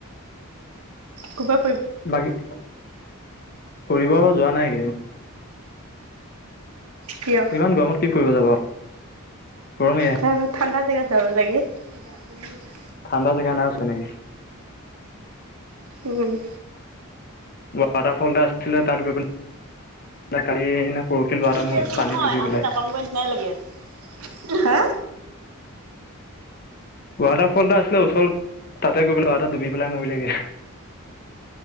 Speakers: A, on the right; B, on the left.
A: কব
B: বাকী ফুৰিব যোৱা নাই একেইদিন
A: কিয়
B: ইমান গৰমত কি ফুৰিব যাব গৰমে আ
A: তাপা ঠাণ্ডা জেগাত যাব লাগে দাৰ্জিলিং যা
B: ঠাণ্ডা জেগা নাই চোন এনেকে
A: উম
B: ৱাটাৰ ফল এটা আছিলে তাত গৈ পেলাই <unintelligible> এটা
A: এতিয়াতো
B: মৰিলে পানীত
A: নহয়
B: ডুবি পেলাই।
A: আগৰ বাটাম দিয়া নিচিনাই লাগি আছে হা
B: ৱাটাৰফল এটা আছিলে ওচৰত তাতে গৈ পেলাই লৱা' এটা ডুবি পেলাই মৰিলেগে